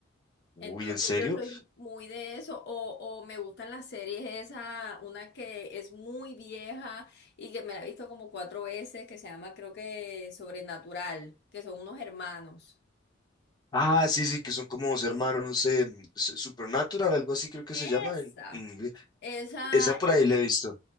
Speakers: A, on the left; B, on the left.
A: Uy,
B: Entonces
A: ¿en serio?
B: yo soy muy de eso, o, o me gustan las series esa, una que es muy vieja y que me la he visto como cuatro veces, que se llama creo que Sobrenatural, que son unos hermanos.
A: Ah, sí, sí, que son como dos hermanos, no sé, mm, S- Supernatural, algo así creo que
B: Esa,
A: se llama en en inglés.
B: esa,
A: Esa por
B: eh,
A: ahí la he visto.